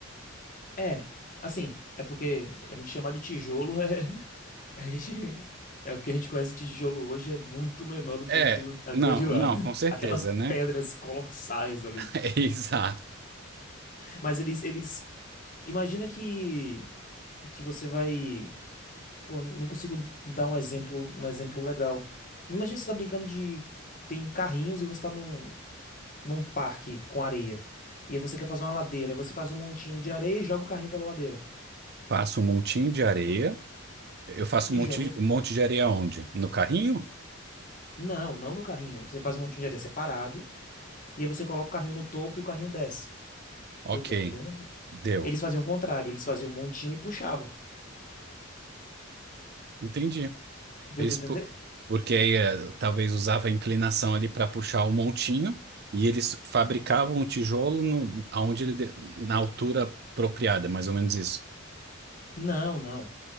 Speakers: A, on the left; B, on the right.
A: É. Assim, é porque a gente chamar de tijolo é. <laughs> A gente. É o que a gente conhece de tijolo hoje é muito menor do
B: É,
A: que aquilo, aquilo
B: não,
A: de lá,
B: não,
A: né?
B: com certeza,
A: Aquelas
B: né?
A: pedras colossais ali.
B: <laughs> É exato.
A: Mas eles, eles. Imagina que, que você vai. Pô, não consigo dar um exemplo, um exemplo legal. Imagina você tá brincando de. Tem carrinhos e você tá num, num parque com areia. E aí você quer fazer uma ladeira. Aí você faz um montinho de areia e joga o carrinho pela ladeira.
B: Faço um montinho de areia. Eu faço
A: E
B: um monte,
A: joga esse.
B: um monte de areia onde? No carrinho?
A: Não, não no carrinho. Você faz um montinho de areia separado. E aí você coloca o carrinho no topo e o carrinho desce.
B: Ok,
A: Deu pra compreender? pô?
B: deu.
A: Eles faziam o contrário. Eles faziam um montinho e puxavam.
B: Entendi.
A: Deu
B: Eles,
A: pra entender?
B: pu- porque aí eh, talvez usava a inclinação ali para puxar o montinho e eles fabricavam o tijolo no, aonde ele de- na altura apropriada, mais ou menos isso.
A: Não, não.